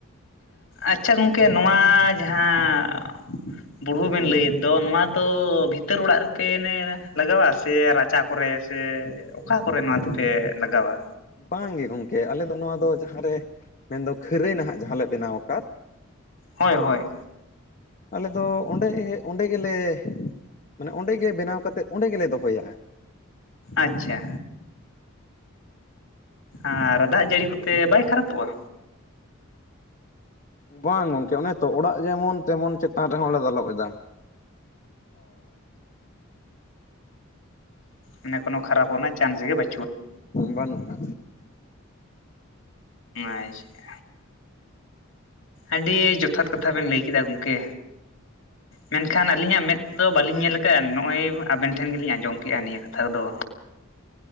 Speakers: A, on the left; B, on the left.
A: ᱟᱪᱪᱷᱟ ᱜᱚᱝᱠᱮ ᱱᱚᱣᱟ ᱡᱟᱦᱟᱸ ᱵᱩᱨᱩ ᱵᱮᱱ ᱞᱟᱹᱭᱮᱫ ᱫᱚ ᱱᱚᱣᱟ ᱫᱚ ᱵᱷᱤᱛᱟᱹᱨ ᱚᱲᱟᱜ ᱨᱮ ᱯᱮ ᱮ ᱞᱟᱜᱟᱣᱟ ᱥᱮ ᱨᱟᱪᱟ ᱠᱚᱨᱮ ᱥᱮ ᱚᱠᱟ ᱠᱚᱨᱮ ᱱᱚᱣᱟ ᱫᱚᱯᱮ ᱞᱟᱜᱟᱣᱟ
B: ᱵᱟᱝᱜᱮ ᱜᱚᱢᱠᱮ ᱟᱞᱮ ᱫᱚ ᱱᱚᱣᱟ ᱫᱚ ᱡᱟᱦᱟᱸᱨᱮ ᱢᱮᱱᱫᱚ ᱠᱷᱟᱹᱨᱟᱹᱭ ᱱᱟᱦᱟᱜ ᱡᱟᱦᱟᱸᱞᱮ ᱵᱮᱱᱟᱣ ᱟᱠᱟᱫ
A: ᱦᱳᱭ ᱦᱳᱭ
B: ᱦᱮᱸ ᱟᱞᱮ ᱫᱚ ᱚᱸᱰᱮ ᱚᱸᱰᱮ ᱜᱮᱞᱮ ᱢᱟᱱᱮ ᱚᱸᱰᱮᱜᱮ ᱵᱮᱱᱟᱣ ᱠᱟᱛᱮᱫ ᱚᱸᱰᱮ ᱜᱮᱞᱮ ᱫᱚᱦᱚᱭᱟᱼᱟ ᱦᱮᱸ
A: ᱟᱪᱪᱷᱟ ᱟᱨ ᱫᱟᱜ ᱡᱟᱹᱲᱤ ᱠᱚᱛᱮ ᱵᱟᱭ ᱠᱷᱟᱨᱟᱯᱚᱜᱼᱟ
B: ᱵᱟᱝ ᱜᱚᱝᱠᱮ ᱚᱱᱮ ᱛᱚ ᱚᱲᱟᱜ ᱡᱮᱢᱚᱱ ᱛᱮᱢᱚᱱ ᱪᱮᱛᱟᱱ ᱨᱮᱦᱚᱸ ᱞᱮ ᱫᱟᱞᱚᱵ ᱮᱫᱟ
A: ᱚᱱᱮ ᱠᱳᱱᱳ ᱠᱷᱟᱨᱟᱯᱚᱜ ᱨᱮᱱᱟᱜ ᱪᱟᱱᱥ ᱜᱮ ᱵᱟ
B: ᱵᱟᱹᱱᱩᱜᱼᱟ
A: ᱟᱪᱪᱷᱟ ᱟᱹᱰᱤ ᱡᱚᱛᱷᱟᱛ ᱠᱟᱛᱷᱟ ᱵᱮᱱ ᱞᱟᱹᱭ ᱠᱮᱫᱟ ᱜᱚᱝᱠᱮ ᱢᱮᱱᱠᱷᱟᱱ ᱟᱹᱞᱤᱧᱟᱜ ᱢᱮᱫ ᱛᱮᱫᱚ ᱵᱟᱟᱹᱞᱤᱧ ᱧᱮᱞ ᱟᱠᱟᱫᱼᱟ ᱱᱚᱜᱼᱚᱭ ᱟᱵᱮᱱ ᱴᱷᱮᱱ ᱜᱮᱞᱤᱧ ᱟᱸᱡᱚᱢ ᱠᱮᱜᱼᱟ ᱱᱤᱭᱟᱹ ᱠᱟᱛᱷᱟ ᱠᱚ ᱫᱚ